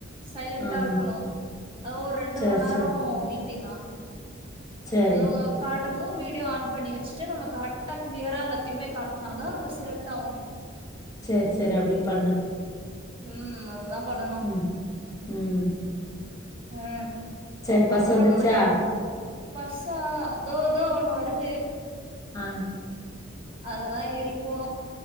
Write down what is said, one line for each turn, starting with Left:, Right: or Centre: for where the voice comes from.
Right: சைலன்டா
Left: ம்
Right: இருக்கணு அது ஒரு ரெண்டு
Left: சேரி
Right: மணி நேரோ
Left: சேரி
Right: மீட்டிங்கா
Left: சேரி
Right: அதுங்க காட்டமு வீடியோ ஆன் பண்ணி வச்சுட்டு நம்ம கரெக்டா க்ளியரா எல்லாத்தையுமே காட்னா தா நம்ம செலக்ட் ஆவோ
Left: செரி செரி அப்படி பண்ணு
Right: ம் அதுதா பண்ணனு
Left: ம் ம்
Right: ம்
Left: சரி பஸ்சு
Right: அப்றோ
Left: வந்துருச்சா
Right: நை பஸ்ஸா தோ தோ ஒன்னு வருது
Left: ஆ
Right: அலதா ஏறி போனோ